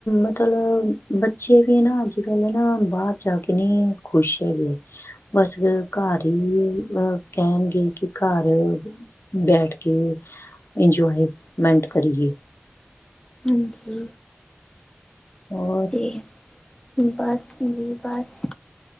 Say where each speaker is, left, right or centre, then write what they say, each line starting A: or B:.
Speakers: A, on the left; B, on the left.
A: ਮਤਲਬ ਬੱਚੇ ਵੀ ਨਾ ਅੱਜ- ਕੱਲ੍ਹ ਨਾ ਬਾਹਰ ਜਾ ਕੇ ਨੀ ਖੁਸ਼ ਹੈਗੇ। ਬਸ ਘਰ ਹੀ ਅਹ ਕਹਿਣਗੇ ਕਿ ਘਰ ਬੈਠ ਕੇ ਇੰਜੋਏ -ਮੈਂਟ ਕਰੀਏ।
B: ਹਾਂਜੀ
A: ਔਰ
B: ਤੇ ਬਸ ਜੀ ਬਸ,